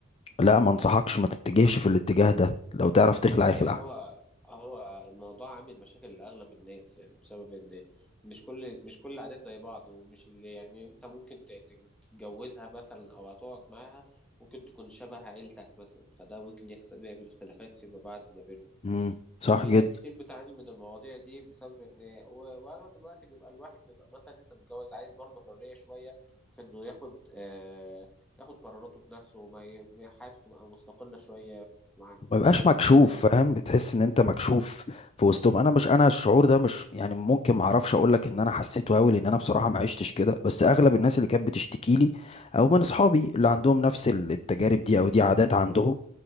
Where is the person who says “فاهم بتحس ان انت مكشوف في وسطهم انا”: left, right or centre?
Left